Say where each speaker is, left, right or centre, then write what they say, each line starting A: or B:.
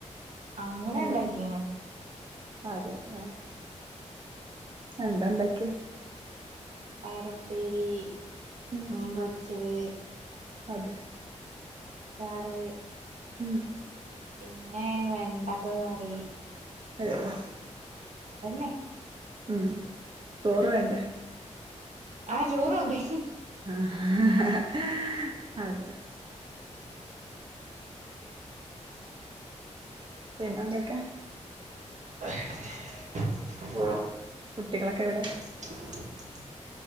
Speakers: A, on the right (about 75°); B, on the right (about 40°).
A: അങ്ങനണ്ടാക്കീന്
B: വേണ്ട അതെ ആഹ് എന്താ ഇണ്ടാക്കിയേ
A: പയറുപ്പേരി
B: മം
A: മീൻ പൊരിച്ചത്
B: അതെ
A: അച്ചാറ്
B: ഉം
A: പിന്നെ വെണ്ടക്ക കറി
B: <inaudible>
A: അതന്നെ
B: ഉം ചോറ് വേണ്ടേ
A: ആഹ് ചോറുണ്ട് <unintelligible>
B: ആഹ് അതെ പിന്നെന്തൊക്കെയാ
A: <inaudible>
B: <unintelligible> കുട്ടികളൊക്കെവിടെ
A: <inaudible>